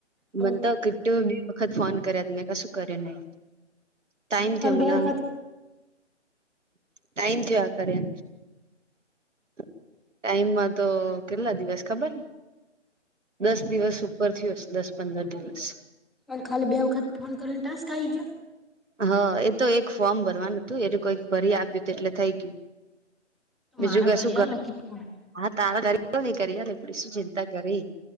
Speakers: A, in the centre; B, on the right (about 80°).
A: હમ
B: મન તો <unintelligible> વખત ફોન કર્યા મેં કશું કર્યું નહી ટાઈમ
A: હા
B: થયો
A: અને
B: મન
A: બે વખત
B: ટાઈમ
A: જેટલું
B: થીયા કરે ટાઈમમાં તો કેટલા દિવસ ખબર દસ દિવસ ઉપર થીયોશે દસ પંદર દિવસ
A: પન ખાલી બે વખત ફોન કરી ને ટાસ્ક આય ગ્યો
B: હા એ તો એક ફોર્મ ભરવાનું હતું એ તો કઈક ભરી આપ્યું એટલે થઈ ગયું.
A: તો
B: બીજું
A: મારા
B: કશું
A: ભરી આલો
B: <unintelligible>
A: કે ફોન
B: હા તારા કરી <unintelligible> શું ચિંતા કરી